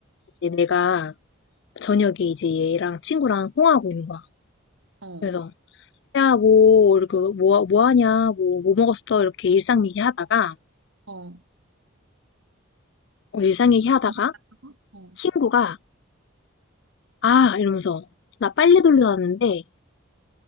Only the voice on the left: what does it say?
이제 내가 저녁에 이제 얘랑 친구랑 통화하고 있는 거야.
그래서 야, 뭐, 이렇게 뭐, 뭐 하냐, 뭐, 뭐 먹었어? 이렇게 일상 얘기하다가,
어, 일상 얘기하다가
친구가 아, 이러면서 나 빨래 돌려 놨는데